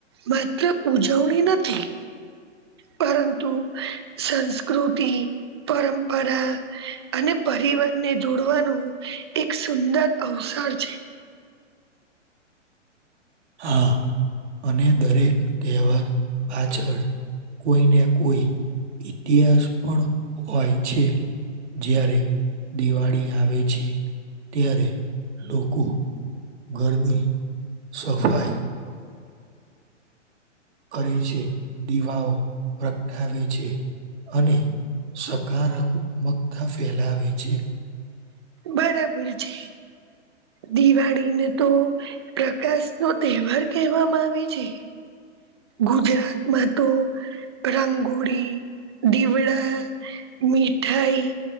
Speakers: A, on the right (about 20°); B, on the right (about 60°).
A: માત્ર ઉજવણી નથી. પરંતુ સંસ્કૃતિ. પરંપરા અને પરિવનને જોડવાનું એક સુંદર. અવસાર છે.
B: હા અને દરેક કહેવાર પાછળ. કોઈને કોઈ ઇતિહાસ પણ હોય છે. જ્યારે દિવાળી આવે છે ત્યારે લોકો. ઘરની સફાઈ. કરે છે દીવાઓ પ્રગટાવે છે. અને સકારાત્મકતા ફેલાવે છે.
A: બરાબર છે. દિવાળીને તો પ્રકાશ નો તહેવાર કહેવામાં આવે છે. ગુજરાતમાં તો રંગોળી દીવડા મીઠાઈ